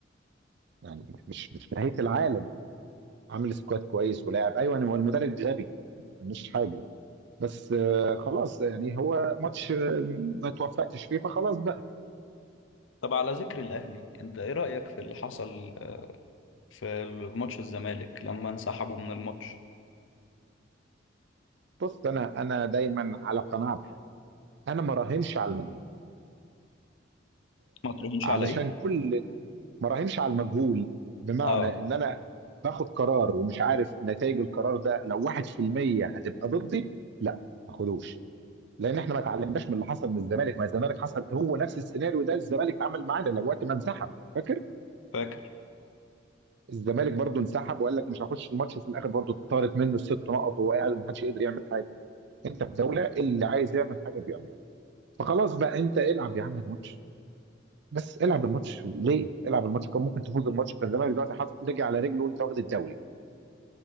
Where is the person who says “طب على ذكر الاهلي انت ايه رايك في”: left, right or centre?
Left